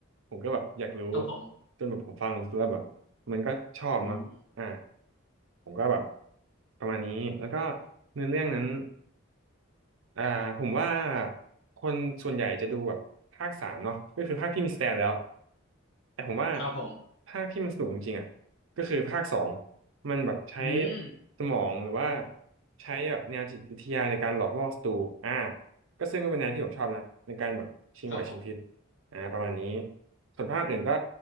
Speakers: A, on the right; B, on the left.
A: ผมก็แบบอยากรู้
B: ครับผม
A: จนแบบผมฟังแล้วแบบมันก็ชอบเนาะ
B: อืม
A: อ่าผมก็แบบประมาณนี้แล้วก็เนื้อเรื่องนั้น อ่าผมว่าคนส่วนใหญ่จะดูแบบภาคสามเนาะก็คือภาคที่มีสแตนแล้วแต่ผมว่า
B: ครับผม
A: ภาคที่มันสนุกจริงๆอ่ะก็คือภาคสองมันแบบใช้
B: อืม
A: สมองหรือว่าใช้แบบแนวจิตวิทยาในการหลอกล่อศัตรูอ่าก็ซึ่งก็เป็นแนวที่ผมชอบนะในการแบบชิงไหวชิงพริบ
B: ครับผม
A: อ่าประมาณนี้ส่วนภาคอื่นก็